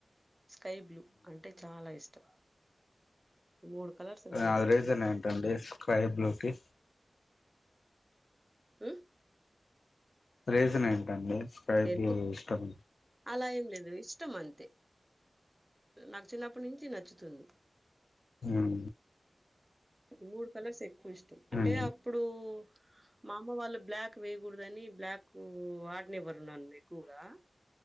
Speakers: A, on the right; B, on the left.
A: sky blue అంటే చాల ఇష్టం. మూడు కలర్స్ అంటే
B: అది
A: ఇష్టం
B: రీజన్
A: నాకు
B: ఏంటండి స్కైబ్లూకి
A: హ్
B: రీజనేంటండి. స్కైబ్లూ
A: ఏంటి
B: ఇష్టం.
A: అలా ఏం ఇష్టం అంతే నా చిన్నప్పటి నుంచి నచ్చుతుంది.
B: ఉమ్
A: మూడు కలర్స్ ఎక్కువ ఇష్టం. అంటే
B: ఉమ్
A: అప్పుడూ మా అమ్మ వాళ్ళు బ్లాక్ వేయగూడదనీ, బ్లాక్ వ్ వాడనివ్వరు నన్ను ఎక్కువగా